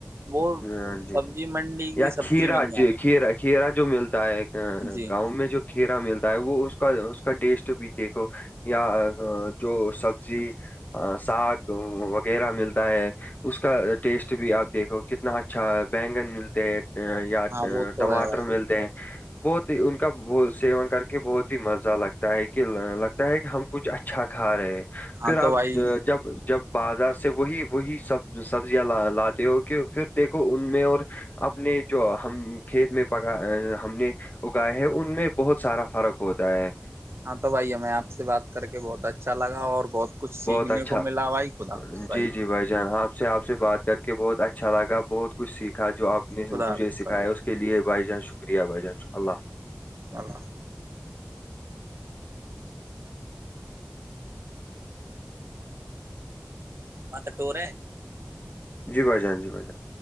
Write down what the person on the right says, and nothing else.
وہ
سبزی
منڈی
کی سبزی
بن جاتا
ہاں جی
ہاں وہ تو
ہے بھائی
ہاں
تو بھائی
ہاں تو بھائی ہمیں آپ سے بات کر کے بہت اچھا لگا اور بہت کچھ سیکھنے
کو ملا بھائی خدا حافظ بھائی
خدا
حافظ
بھائی
اللہ حافظ <inaudible>